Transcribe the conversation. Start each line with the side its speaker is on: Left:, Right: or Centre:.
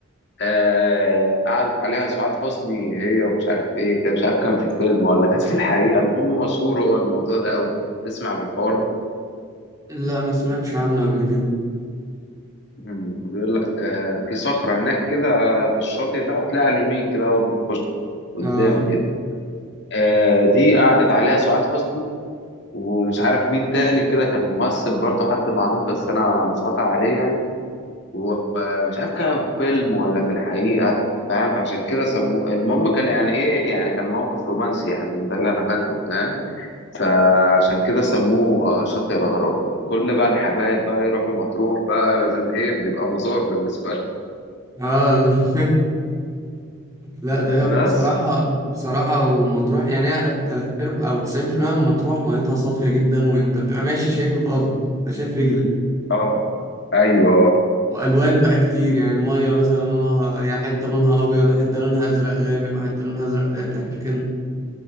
Left: آه قعدت عليها سعاد حسني هي ومش عارف ايه كان مش عارف كان في فيلم ولا كانت في الحقيقه المهم مشهور هو الموضوع ده قوي تسمع بالحوار ده
Right: لا ما سمعتش عنه قبل كده
Left: مم، بيقول لك آه في صخره هناك كده في الشاطئ ده هتلاقيها على اليمين كده اول ما تخش قدام
Right: اه
Left: كده آه دي قعدت عليها سعاد حسني ومش عارف مين تاني كده كان ممثل برضه حد معروف بس انا مش قاطع عليه يعني ومش عارف كان في فيلم ولا في الحقيقة فاهم فعشان كده سموه المهم كان يعني ايه يعني كان موقف رومانسي يعني ده اللي انا فاكره فاهم فعشان كده سموه آه، شاطئ الاغراب كل بقى الحبايب بقى يروحوا مطروح بقى لازم ايه بيبقى مزار بالنسبة
Right: اه <laughs> لا ده
Left: لهم
Right: هي
Left: <laughs> بس
Right: بصراحة بصراحة ومطروح يعني هي تلات أرباع أو تسعين في المية من مطروح ميتها صافية جدا وأنت بتبقى ماشي شايف الأرض أنت شايف رجلك
Left: اه ايوه اه
Right: وألوان بقى كتير يعني مية مثلا لونها يا حتة لونها أبيض وحتة لونها أزرق غامق وحتة لونها أزرق فاتح وكده